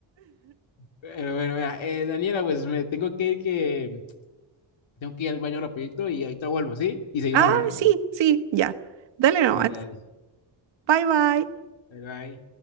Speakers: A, on the left; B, on the right.
A: pero bueno, vea, eh, Daniela, pues me tengo que ir que tengo que ir al baño rapidito y ahorita vuelvo, ¿sí? Y seguimos
B: Ah,
A: hablando.
B: sí, sí, ya. Dale nomás.
A: Dale, dale.
B: Bye, bye.
A: Bye, bye.